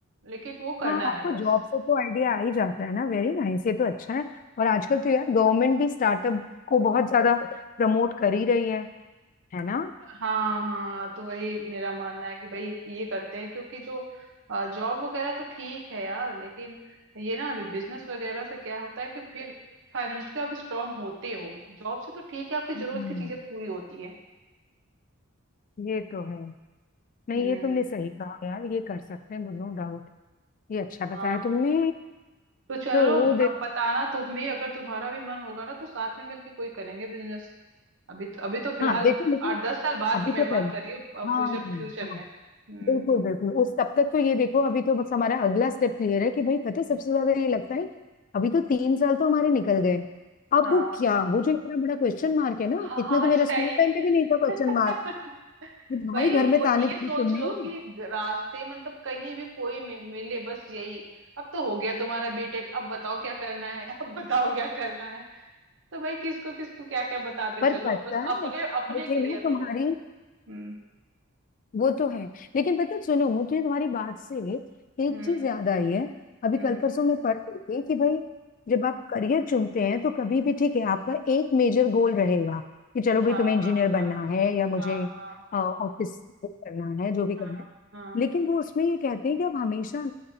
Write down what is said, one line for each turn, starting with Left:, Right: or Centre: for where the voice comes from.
Right: लेकिन वो करना
Left: हाँ आपको
Right: है बस
Left: जॉब से तो आइडिया आ ही जाता है ना वेरी नाइस ये तो अच्छा है और आजकल तो यार गवर्नमेंट भी स्टार्टअप को बहुत ज्यादा प्रमोट कर ही रही है है ना
Right: हाँ हाँ तो वही मेरा मानना है कि भाई ये ये करते हैं क्योंकि जो जॉब वगैरह तो ठीक है यार लेकिन ये ना बिजनेस वगैरह से क्या होता है कि फिर फाइनेंशियली आप स्ट्रांग होते हो जॉब से तो ठीक है आपकी जरूरत
Left: हम्म,
Right: की चीजें पूरी होती है
Left: ये तो है नहीं
Right: हम्म
Left: ये तुमने सही कहा यार ये कर सकते हैं नो डाउट ये अच्छा बताया
Right: हाँ
Left: तुमने
Right: तो चलो
Left: तो वो
Right: अब
Left: देख
Right: बताना तुम भी अगर तुम्हारा भी मन होगा ना तो साथ में मिलके कोई करेंगे बिजनेस अभी तो, अभी तो फिलहाल
Left: हाँ देखो लेकिन
Right: आठ दस साल बाद
Left: अभी
Right: की मैं
Left: तो पहले
Right: बात कर रही हूँ
Left: हाँ
Right: फ्यूचर फ्यूचर
Left: हाँ
Right: में हम्म
Left: बिल्कुल बिल्कुल उस तब तक तो ये देखो अभी तो बस हमारा अगला स्टेप क्लियर है कि भाई पता है सबसे ज्यादा ये लगता है अभी तो तीन साल तो हमारे निकल गए अब
Right: हाँ
Left: क्या
Right: हाँ
Left: वो जो इतना बड़ा क्वेश्चन मार्क है ना
Right: हाँ
Left: इतना
Right: हाँ,
Left: तो मेरा
Right: सही
Left: स्कूल टाइम पे भी नहीं था क्वेश्चन मार्क
Right: <laughs>
Left: कि भाई
Right: भाई
Left: घर
Right: वो
Left: में ताने
Right: ये
Left: थोड़ी
Right: सोच
Left: सुनने
Right: लो
Left: हैं
Right: कि ग- रास्ते मतलब कहीं भी कोई मि- मिले बस यही अब तो हो गया तुम्हारा बीटेक अब बताओ क्या करना है अब बताओ क्या करना है तो भाई किसको किसको क्या क्या बताते
Left: पर
Right: चलो
Left: पता
Right: बस
Left: है
Right: अपने अपने
Left: मुझे
Right: क्लियर
Left: ना तुम्हारी
Right: रहो हम्म
Left: वो तो है लेकिन पता है, सुनो मुझे तुम्हारी बात से एक
Right: हम्म
Left: चीज याद आई है अभी
Right: हम्म
Left: कल परसों मैं पढ़ रही थी कि भाई जब आप करियर चुनते हैं तो कभी भी ठीक है आपका एक मेजर गोल रहेगा कि चलो भाई
Right: हाँ
Left: तुम्हें इंजीनियर
Right: हाँ हाँ
Left: बनना है या मुझे
Right: हाँ हाँ
Left: ऑफिस करना है जो भी करना
Right: हाँ
Left: है
Right: हाँ
Left: लेकिन वो उसमें ये कहते हैं कि आप हमेशा